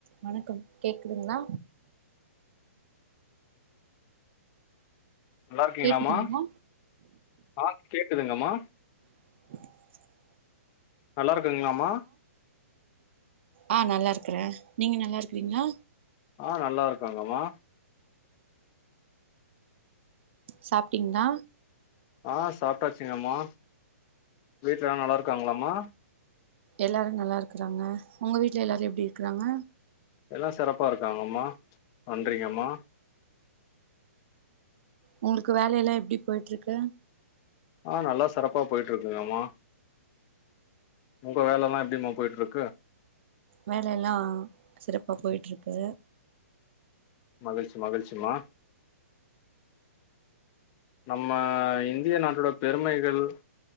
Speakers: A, on the right; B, on the left.
A: வணக்கம் கேக்குதுங்ளா
B: நல்லா இருக்கீங்ளாமா
A: கேக்குதுங்களா
B: ஆ கேக்குதுங்கமா
A: <inaudible>
B: நல்லாருக்குங்ளாமா
A: அ நல்லாருக்குற நீங்க நல்லாருக்றீங்ளா
B: அ நல்லாருக்கங்கமா
A: சாப்ட்டீங்ளா
B: அ சாப்ட்டாச்சுங்கமா வீட்ல எல்லா நல்லாருக்காங்களாமா
A: எல்லாரு நல்லாருக்கறாங்க உங்க வீட்ல எல்லாரு எப்டி இருக்குறாங்க
B: எல்லா சிறப்பா இருக்காங்கம்மா நன்றிங்கம்மா
A: உங்களுக்கு வேலையெல்லா எப்டி போயிட்டுருக்கு
B: ஆஹ் நல்லா சிறப்பா போயிட்டு இருக்குங்கம்மா உங்க வேல எல்லா எப்டிம்மா போயிட்டுருக்கு
A: வேலேல்லா சிறப்பா போயிட்டுருக்கு
B: மகிழ்ச்சி மகிழ்ச்சிமா நம்ம இந்திய நாட்டோட பெருமைகள்